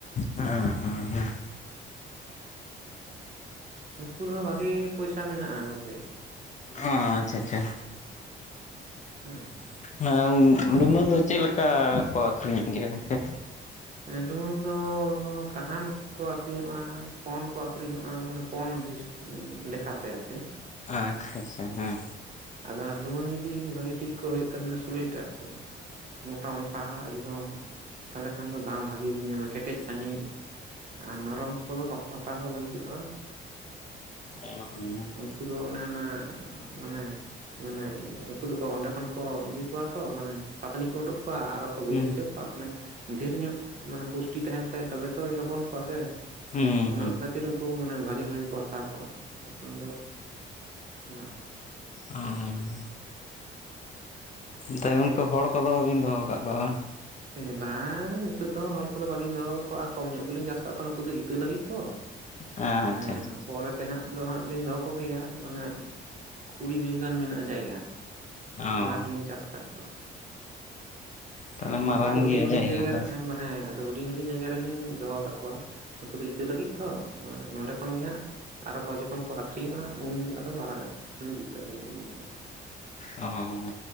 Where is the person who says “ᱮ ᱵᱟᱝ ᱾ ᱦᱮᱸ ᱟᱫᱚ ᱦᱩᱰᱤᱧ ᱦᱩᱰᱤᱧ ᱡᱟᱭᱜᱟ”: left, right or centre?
Right